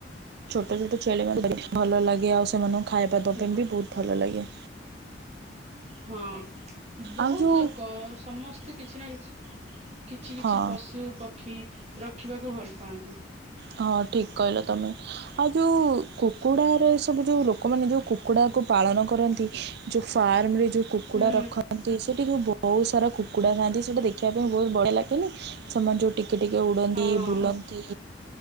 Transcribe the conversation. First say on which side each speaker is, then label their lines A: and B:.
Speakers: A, on the right (about 60°); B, on the right (about 35°).
A: ଛୋଟ ଛୋଟ ଛେଳି -ମାନେ- ଭଲ ଲାଗେ ଆଉ ସେମାନଙ୍କୁ ଖାଇବାବ ପାଇଁ
B: ବ
A: ବି ବହୁତ ଭଲ ଲାଗେ।
B: ହଁ ବହୁତ
A: ଆଉ ଯୋଉ
B: ଲୋକ ସମସ୍ତେ କିଛି ନା କିଛି କିଛି କିଛି
A: ହଁ
B: ପଶୁ ପକ୍ଷୀ ରଖିବାକୁ ଭଲ ପାଆନ୍ତି।
A: ହଁ ଠିକ କହିଲ ତମେ। ଆଉ ଯେଉଁ କୁକୁଡ଼ାରେ ସବୁ ଯେଉଁ ଲୋକମାନେ ଯେଉଁ କୁକୁଡ଼ାକୁ ପାଳନ କରନ୍ତି ଯେଉଁ ଫାର୍ମରେ ଯୋଉ କୁକୁଡ଼ା
B: ହୁଁ
A: ରଖନ୍ତି ସେଠି ଯେଉଁ ବହୁତ ସାରା କୁକୁଡ଼ା ଥାଆନ୍ତି ସେଇଟା ଦେଖିବା ପାଇଁ ମୁଁ ବହୁତ ବଢ଼ିଆ ଲାଗେ ନା ସେମାନେ ଯୋଉ ଟିକେ ଟିକେ ଉଡନ୍ତି
B: ହଁ
A: ବୁଲନ୍ତି।